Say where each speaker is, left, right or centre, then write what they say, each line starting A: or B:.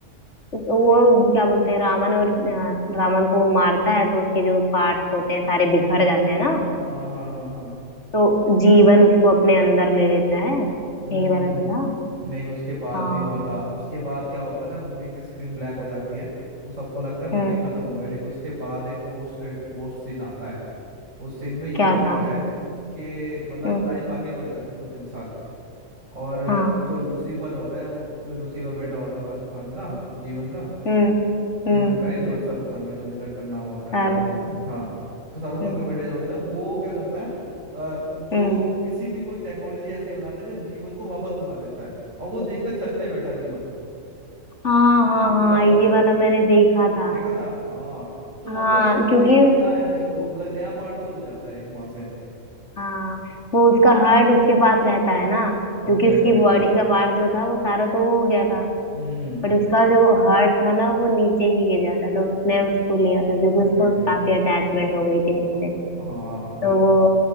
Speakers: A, on the left (about 60°); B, on the right (about 70°).
A: वो क्या बोलते हैं रावण और अ, रावण को मारता है तो उसके जो पार्ट्स होते हैं सारे बिखर जाते हैं ना
B: हाँ हाँ हाँ हाँ
A: तो जीवन उसको अपने अंदर ले लेता है
B: हम्म
A: यही वाला
B: हम्म
A: तो
B: हम्म
A: था
B: नहीं उसके बाद
A: हाँ
B: भी हुआ था उसके बाद क्या होता है ना मूवी की स्क्रीन ब्लैक हो जाती है वो सबको लगता है मूवी
A: हम्म
B: खत्म हो गई लेकिन उसके बाद एक पोस्ट क्रेडिट पोस्ट सीन आता है उस सीन में ये
A: क्या
B: होता
A: था
B: है कि मतलब
A: हम्म
B: लाइफ आगे बढ़ जाती है दो तीन साल और
A: हाँ
B: जो लूसीफर होता है वो- जो लूसीफर बेटा होता है शाहरुख खान का जीवन का
A: हम्म
B: जीवन
A: हम्म
B: का नहीं लो शाहरुख खान का जो भी करेक्टर नाम होता
A: सारू
B: है याद नहीं हो रहा हाँ तो शाहरुख खान
A: हम्म
B: का बेटा जो होता है वो क्या करता है अ, जो
A: हम्म
B: किसी भी कोई टेक्नोलॉजी ऐसी बनाता है कि जीवन को वापस बुला लेता है और वो देखता है छत पे बैठा जीवन
A: हाँ हाँ
B: तीन
A: हाँ
B: साल
A: ये
B: बाद
A: वाला मैंने देखा था
B: देखा था हाँ तो
A: हाँ
B: मतलब स्टोरी
A: क्योंकि
B: का नया एंड शुरू हो- मतलब नया पार्ट शुरू हो जाता है एक वहां से
A: हाँ वो उसका हार्ट उसके पास रहता है ना क्योंकि
B: Exactly
A: उसकी बॉडी
B: exactly.
A: का पार्ट जो था वो सारा तो वो हो गया था
B: Hmm
A: बट उसका जो हार्ट था ना वो नीचे ही गिर जाता तो उसने उसको लिया था क्योंकि
B: Exactly
A: उसको काफी अटैचमेंट हो
B: exactly.
A: गई थी उससे
B: तो हाँ
A: तो
B: बिल्कुल
A: वो